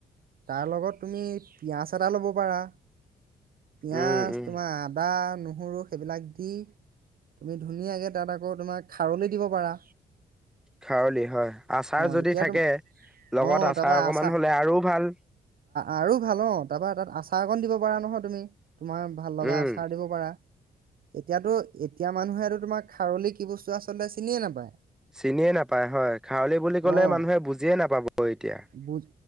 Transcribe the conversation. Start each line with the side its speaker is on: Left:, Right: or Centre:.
Right: তাৰ লগত তুমি পিয়াঁজ, আদা ল'ব পাৰা। পিয়াজ
Centre: উম উম।
Right: তোমাৰ আদা, নহৰু সেইবিলাক দি তুমি ধুনীয়াকে তাত আকৌ তোমাক খাৰলি দিব পাৰা।
Centre: খাৰলি হয় আচাৰ
Right: অ
Centre: যদি
Right: এতিয়া
Centre: থাকে,
Right: তুম
Centre: লগত
Right: অ
Centre: আচাৰ
Right: তাৰপা
Centre: অকমান
Right: আ
Centre: হলে আৰু ভাল
Right: আৰু ভাল অ তাৰপৰা তাত আচাৰ অকণ দিব পাৰা নহয় তুমি, তোমাৰ ভাল লগা
Centre: উম।
Right: আচাৰ দিব পাৰা এতিয়াতো এতিয়া মানুহেটো তোমাৰ খাৰলি কি বস্তু, আচলতে চিনিয়ে নাপায়।
Centre: চিনিয়ে নাপায় হয়, খাৰলি বুলি ক'লে
Right: অ
Centre: মানুহে বুজিয়ে নাপাব এতিয়া।
Right: বুজ